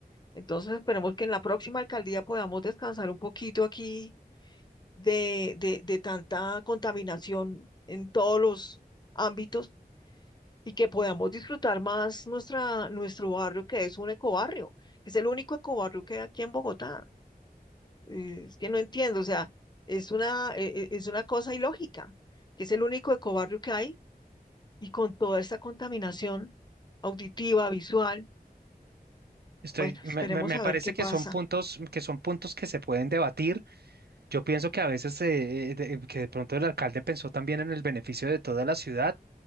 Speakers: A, on the left; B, on the right.
A: Entonces esperemos que en la próxima alcaldía podamos descansar un poquito aquí de, de, de tanta contaminación en todos los ámbitos y que podamos disfrutar más nuestra, nuestro barrio, que es un ecobarrio, que es el único ecobarrio que hay aquí en Bogotá. Eh, Es que no entiendo, o sea, es una, eh, eh, es una cosa ilógica, que es el único ecobarrio que hay y con toda esta contaminación auditiva, visual,
B: Estoy,
A: bueno,
B: me,
A: esperemos
B: me- me
A: a
B: parece
A: ver qué
B: que
A: pasa.
B: son puntos que son puntos que se pueden debatir. Yo pienso que a veces eh, eh, de- que de pronto el alcalde pensó también en el beneficio de toda la ciudad,